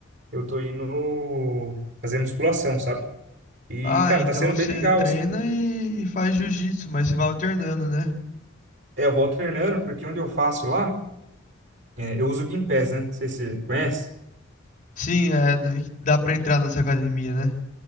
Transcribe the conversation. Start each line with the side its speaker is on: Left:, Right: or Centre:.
Right: eu tô indo no- fazer musculação, sabe? E,
Left: Ah,
Right: cara,
Left: então
Right: tá sendo
Left: você
Right: bem legal,
Left: treina
Right: assim.
Left: e, e faz jiu-jitsu, mas você vai alternando, né?
Right: É, eu vou treinando, porque onde eu faço lá, é, eu uso o Gympass, né? Não sei se você conhece.
Left: Sim, é, dá dá pra entrar nessa academia, né?